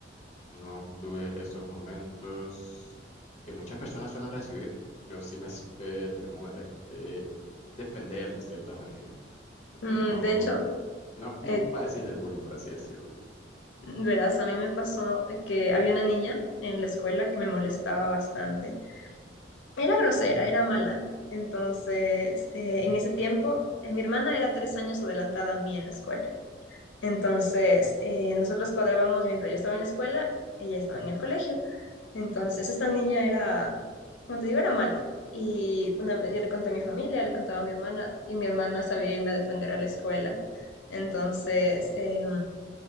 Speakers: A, on the left; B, on the left.
A: no tuve esos momentos que muchas personas suelen recibir. Yo sí me supe, digamos, este, defender de cierta manera.
B: Mm,
A: No,
B: de hecho,
A: no, no
B: eh,
A: padecí del bullying, por así decirlo.
B: verás, a mí me pasó que había una niña en la escuela que me molestaba bastante. Era grosera, era mala. Entonces, eh, en ese tiempo, eh, mi hermana era tres años adelantada a mí en la escuela. Entonces, eh, nosotros cuadrábamos mientras yo estaba en la escuela, ella estaba en el colegio. Entonces, esta niña era, como te digo, era mala. Y una vez yo le conté a mi familia, le contaba a mi hermana, y mi hermana sabía irme a defender a la escuela. Entonces, em,